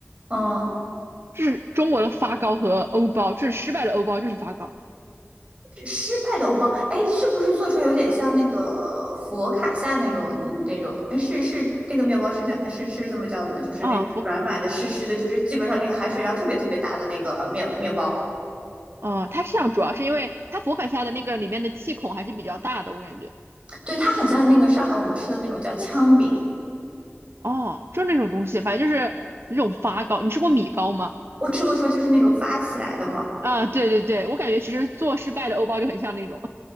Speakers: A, on the right; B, on the right.
A: 嗯，
B: 就是中国的发糕和欧包，就是失败的欧包，就是发糕
A: 失败的欧包，哎，是不是做出来有点像那个佛卡夏那种嗯那种？哎，是是那个面包是叫是是这么叫的吗？就是那个软软的、
B: 啊佛
A: 湿湿的，就是基本上那个含水量特别特别大的那个面面包。
B: 啊，它像主要是因为它佛卡夏的那个里面的气孔还是比较大的，我感觉
A: 对，它很像那个上海我们吃的那种叫糠饼，
B: 哦，就那种东西，反正就是那种发糕。你吃过米糕吗？
A: 我吃过说就是那种发起来的嘛，
B: 啊，对对对，我感觉其实做失败的欧包就很像那种。